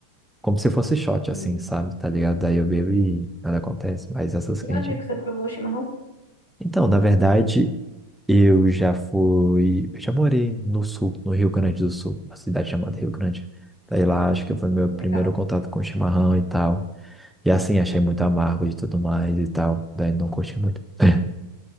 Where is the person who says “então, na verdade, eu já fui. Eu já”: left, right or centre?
Centre